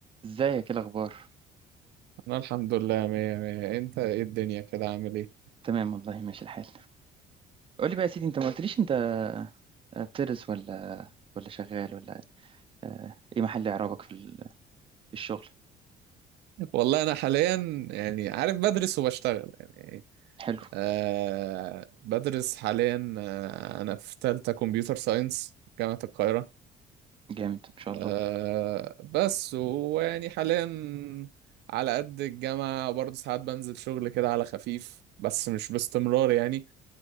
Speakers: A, on the right (about 30°); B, on the right (about 80°).
A: ازيك ايه الاخبار
B: انا الحمد لله مية مية انت ايه الدنيا كده عامل ايه
A: تمام والله ماشي الحال قول لي بقى يا سيدي انت ما قلتليش انت آه، بتدرس ولا ولا شغال ولا آه، ايه محل اعرابك في ال- في الشغل
B: والله انا حاليا يعني عارف بدرس وبشتغل يعني
A: حلو
B: آه بدرس حاليا آه انا في تالتة كمبيوتر ساينس جامعة القاهرة
A: جامد ما شاء
B: آه
A: الله
B: بس ويعني حاليا على قد الجامعة برضه ساعات بنزل شغل كده على خفيف بس مش باستمرار يعني